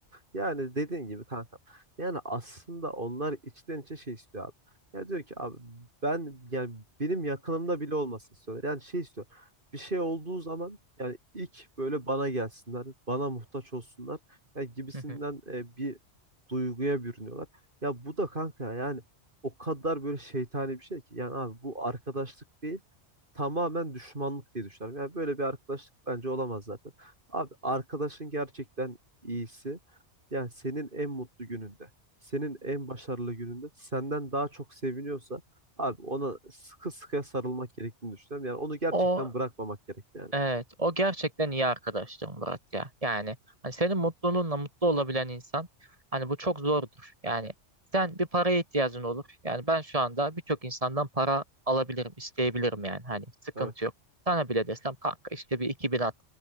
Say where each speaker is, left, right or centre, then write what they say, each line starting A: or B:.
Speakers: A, on the right; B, on the right.
A: Yani dediğin gibi kanka. Yani aslında onlar içten içe şey istiyor abi. Ya diyor ki abi ben yani benim yakınımda bile olmasını istiyorlar. Yani şey istiyor. Bir şey olduğu zaman yani ilk böyle bana gelsinler, bana muhtaç olsunlar yani gibisinden
B: Hı hı.
A: e, bir duyguya bürünüyorlar. Ya bu da kanka yani o kadar böyle şeytani bir şey ki. Yani abi bu arkadaşlık değil tamamen düşmanlık diye düşünüyorum. Yani böyle bir arkadaşlık bence olamaz zaten. Abi arkadaşın gerçekten iyisi. Yani senin en mutlu gününde, senin en başarılı gününde senden daha çok seviniyorsa abi ona sıkı sıkıya sarılmak gerektiğini düşünüyorum. Yani onu gerçekten
B: O
A: bırakmamak gerek yani.
B: evet o gerçekten iyi arkadaştır Murat ya. Yani hani senin mutluluğunla mutlu olabilen insan hani bu çok zordur. Yani sen bir paraya ihtiyacın olur. Yani ben şu anda birçok insandan para alabilirim, isteyebilirim yani. Hani sıkıntı
A: Evet.
B: yok. Sana bile desem kanka işte bir 2000 at.